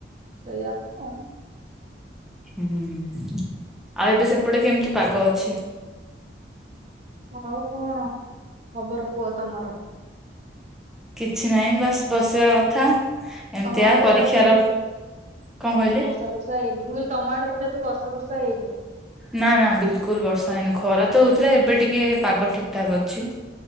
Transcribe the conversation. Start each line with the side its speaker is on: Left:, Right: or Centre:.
Right: ସେଇଆ ତ
Centre: ହୁଁ ଆଉ ଏବେ ସେପଟେ କେମିତି ପାଗ ଅଛି।
Right: ହଉ କଣ ଖବର କୁହ ତମର?
Centre: କିଛି ନାହିଁ ବାସ୍ ବସିବା କଥା। ଏମିତିଆ
Right: ତମ ଆଡେ
Centre: ପରୀକ୍ଷାର
Right: ତାଲେ ଆଜି।
Centre: କଣ କହିଲେ
Right: ବର୍ଷା ଫର୍ଶା ହେଇନି, ମୁଁ କହିଲି ତମ ଆଡେ ଆଜି ତାହେଲେ ବର୍ଷା ଫର୍ଷା ହେଇନି।
Centre: ନା ନା ବିଲକୁଲ ବର୍ଷା ହେଇନି, ଖରା ତ ହଉଥିଲା ଏବେ ଟିକେ ପାଗ ଠିକ୍ ଠାକ୍ ଅଛି।